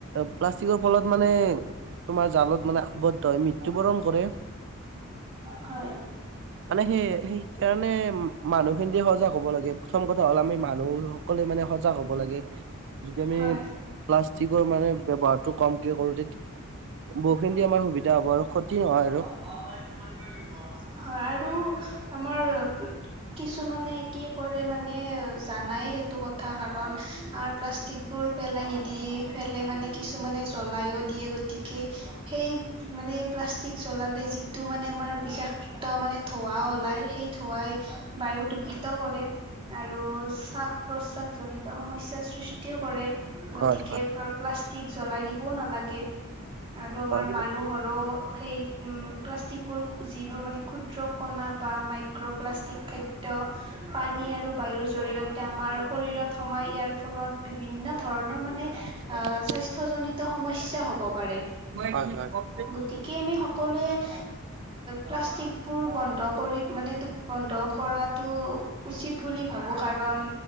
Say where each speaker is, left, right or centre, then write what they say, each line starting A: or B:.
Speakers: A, on the right (about 55°); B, on the right (about 25°).
A: প্লাষ্টিকৰ ফলত মানে তোমাৰ জালত মানে আৱদ্ধ হৈ মৃ ত্যু বৰণ কৰে।
B: হয়।
A: মানে সেই সেই কাৰণে মানুহখিনিতে সজাগ হ'ব লাগে, প্ৰথম কথা হ'ল আমি মানুহ স কলে মানে সজাগ হ'ব লাগে। যদি আমি
B: হয়
A: - প্লাষ্টিকৰ মানে ব্যৱহাৰটো কমকে কৰো তেতিয়া বহুতখিনি আমাৰ সুবিধা হব আৰু। ক্ষতি নহয় আৰু।
B: <unintelligible> আৰু আমাৰ কিছুমানে কি কৰে মানে জানাই সেই টো কথা কাৰণ আমাৰ প্লাষ্টিকবোৰ পেলাই নিদি - পেলে মানে কিছুমানে জ্বলাইও দিয়ে গতিকে সেই - মানে প্লাষ্টিক জ্বলালে যিটো মানে আমাৰ বিষাক্ত মানে ধোৱা ওলাই সেই - ধোৱাই বায়ু দূষিত কৰে। আৰু শ্বাস প্ৰশ্বাস - জনিত সমস্যাৰ সৃষ্টিও কৰে, গতিকে
A: হয় হয়
B: প্লাষ্টিক জ্বলাই দিবও নালাগে। আৰু আমাৰ
A: হয়
B: মানুহৰো সেই উম প্লাষ্টিকৰ যিবোৰ মানে ক্ষুদ্ৰ কণা বা মাইক্ৰ'প্লাষ্টিক খাদ্য, পানী আৰু বায়ুৰ জৰিয়তে আমাৰ শৰীৰত সমাই ইয়াৰ ফলত বিভিন্ন ধৰণৰ মানে,
A: <inaudible>
B: স্বাস্থজনিত সমস্যা হ'ব পাৰে।
A: হয় হয় হয়
B: গতিকে আমি সকলোৱে অ প্লাষ্টিক বোৰ বন্ধ কৰি মানে বন্ধ কৰাতটো, উচিত বুলি ভাবোঁ, কাৰণ